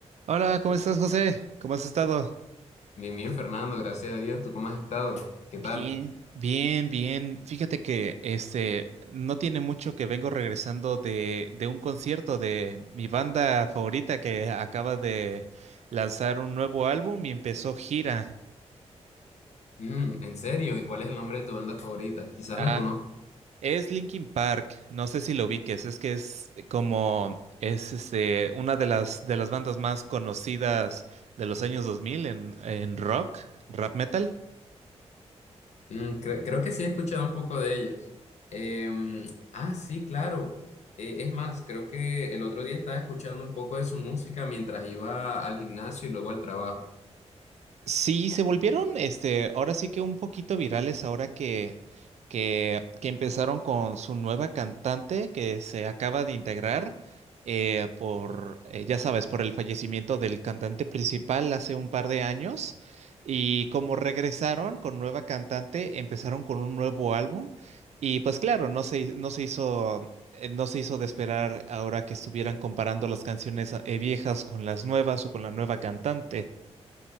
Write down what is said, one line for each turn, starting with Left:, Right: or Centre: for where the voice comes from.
Right: Hola, ¿cómo estás, José? ¿Cómo has estado?
Left: Bien, bien, Fernando, gracias a Dios. ¿Tú cómo has estado? ¿Qué
Right: Bien,
Left: tal?
Right: bien, bien. Fíjate que este no tiene mucho que vengo regresando de, de un concierto de mi banda favorita que acaba de lanzar un nuevo álbum y empezó gira.
Left: Mm, ¿en serio? ¿Y cuál es el nombre de tu banda favorita? Quizás
Right: Ah,
Left: la conozco.
Right: es Linkin Park. No sé si lo ubiques, es que es como es este una de las de las bandas más conocidas de los años 2000 en en rock, rap metal.
Left: Mm, cre- creo que sí he escuchado un poco de ellos. Em, ah, sí, claro. Eh, es más, creo que el otro día estaba escuchando un poco de su música mientras iba al gimnasio y luego al trabajo.
Right: Sí, se volvieron, este, ahora sí que un poquito virales ahora que, que, que empezaron con su nueva cantante que se acaba de integrar eh, por, eh, ya sabes, por el fallecimiento del cantante principal hace un par de años. Y como regresaron con nueva cantante, empezaron con un nuevo álbum. Y pues claro, no se, no se hizo, eh, no se hizo de esperar ahora que estuvieran comparando las canciones eh, viejas con las nuevas o con la nueva cantante.